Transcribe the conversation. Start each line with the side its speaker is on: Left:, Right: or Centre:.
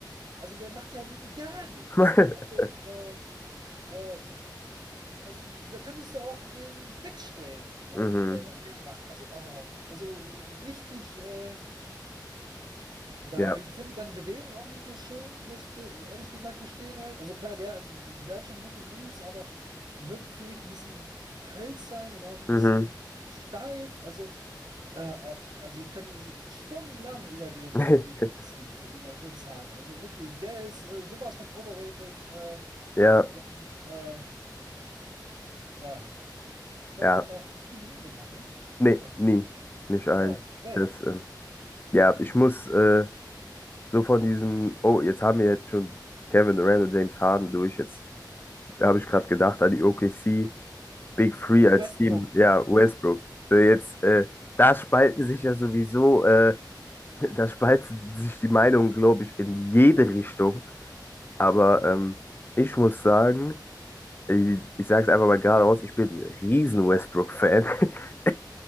Right: also der macht ja gar nichts.
Left: <laughs>
Right: Also, äh, äh, also da könntest du auch den wegstellen. Da
Left: Mhm.
Right: würde er noch mehr machen. Also, oh, also richtig. Äh, Daher,
Left: Ja.
Right: ich finde seine Bewegung auch nicht so schön, muss ich ge ehrlich gesagt gestehen halt. Also klar, der, der hat schon gute Moves, aber wirkt für mich ein bisschen hölzern und auch so ein
Left: Mhm.
Right: bisschen steif. Also, äh, also ich könnte so stundenlang über den
Left: <laughs>
Right: irgendwie ziehen, über James Harden. Also wirklich, der ist äh, sowas von overrated. Äh,
Left: Ja,
Right: dann, äh, ja, ich glaube,
Left: ja.
Right: der hat auch nie einen Ring gewonnen, ne?
Left: Nee,
Right: Der hat auch
Left: nie.
Right: keinen.
Left: Nicht allen.
Right: Ja, zu recht.
Left: Das, ähm, ja, ich muss äh, so von diesem, oh, jetzt haben wir jetzt schon Kevin Durant und James Harden durch. Jetzt habe ich gerade gedacht an die OKC. Big Three als
Right: Westbrook.
Left: Team, ja, Westbrook. So jetzt, äh, da spalten sich ja sowieso, äh, <laughs> da spalten sich die Meinungen, glaube ich, in jede Richtung. Aber ähm, ich muss sagen, ich, ich sage es einfach mal geradeaus, ich bin ein riesen Westbrook-Fan. <laughs>